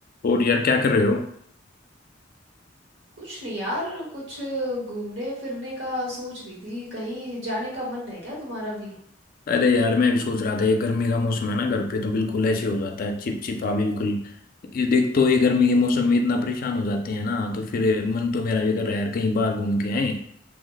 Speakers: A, on the left (about 50°); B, on the right (about 70°).
A: और यार क्या कर रहे हो
B: कुछ नहीं यार कुछ घूमने फिरने का सोच रही थी कहीं जाने का मन है क्या तुम्हारा भी
A: अरे यार मैं भी सोच रहा था ये गर्मी का मौसम है ना घर पे तो बिल्कुल ऐसे हो जाता है चिपचिपा बिल्कुल ये देख तो ये गर्मी के मौसम में इतना परेशान हो जाते हैं ना तो फिर मन तो मेरा भी कर रहा है यार कहीं बाहर घूम के आए